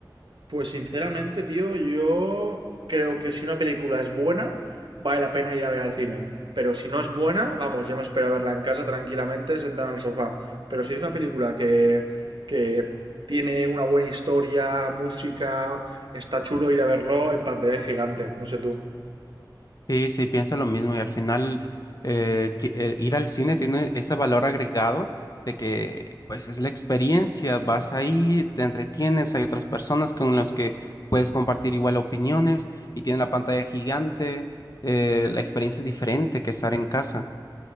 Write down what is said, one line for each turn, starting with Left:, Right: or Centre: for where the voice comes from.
Right: Pues sinceramente, tío, yo creo que si una película es buena, vale la pena ir a ver al cine. Pero si no es buena, vamos, yo me espero a verla en casa tranquilamente, sentada en el sofá. Pero si es una película que, que tiene una buena historia, música, está chulo ir a verlo en pantalla gigante, no sé tú.
Left: Sí, sí, pienso lo mismo y al final eh, ti- eh, ir al cine tiene ese valor agregado de que pues es la experiencia, vas ahí, te entretienes, hay otras personas con las que puedes compartir igual opiniones y tienen la pantalla gigante, eh, la experiencia es diferente que estar en casa.